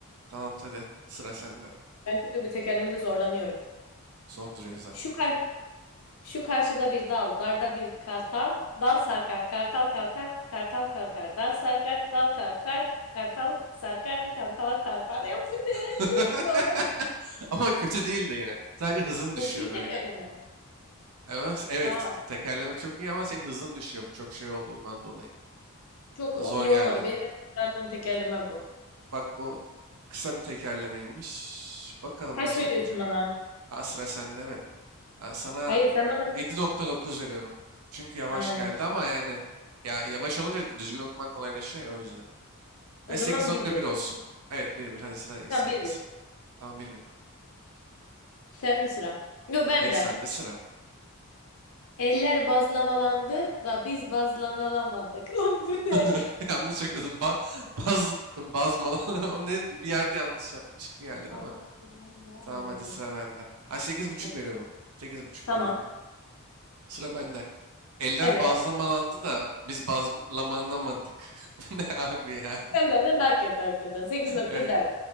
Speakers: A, on the right; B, on the left.
A: Tamam hadi sıra sende.
B: Ben çünkü bu tekerlemede zorlanıyorum.
A: Zor duruyor zaten.
B: Şu kar Şu karşıda bir dal, darda bir kartal. Dal sarkar, kartal kalkar, kartal kalkar. Dal sarkar, dal kalkar, kartal sarkar, kantal tartar. Ya bu ne?
A: <laughs>
B: Çok zor.
A: Ama kötü değil de yine. Sadece hızın düşüyor
B: Çok iyi
A: böyle.
B: tekerleme.
A: Ama evet
B: Ha,
A: tekerleme çok iyi ama senin hızın düşüyor bu çok şey olduğundan dolayı.
B: çok
A: Zor
B: o- iyi
A: geldiğinden.
B: olmadı. Benim en öğrendiğim tekerleme bu.
A: Bak bu kısa bir tekerlemeymiş. Bakalım
B: Kaç
A: nasıl
B: veriyorsun
A: okunacak.
B: bana?
A: Ha sıra sende evet. Ben sana
B: Hayır, sen bana...
A: yedi nokta dokuz veriyorum. Çünkü yavaş
B: Aynen.
A: geldi ama yani ya yavaş olunca düzgün okuman kolaylaşıyor ya o yüzden.
B: O
A: E
B: zaman
A: sekiz nokta
B: bir bir.
A: bir olsun. Evet bir bir Hadi sıra sende
B: Sen bir bir.
A: sıra. Tamam bir bir.
B: Sen de sıra. Yo ben
A: Hayır
B: de.
A: sende sıra.
B: Eller bazlamalandı da biz bazlanalamadık. <laughs> Lan bu ne?
A: <laughs> Yanlış okudum. Ba baz bazmala <laughs> o ne bir yerde yanlış yapmış gibi geldin
B: Bazlanamadık.
A: ama tamam hadi sıra bende. Ha sekiz buçuk
B: Hadi.
A: veriyorum. Sekiz buçuk
B: Tamam.
A: veriyorum. Sıra bende. Eller
B: Evet.
A: bazlamalandı da biz bazlamanamadık. <laughs> Bu Ne abi ya?
B: Sen benden daha kötü hakikaten. sekiz nokta
A: Evet
B: dört.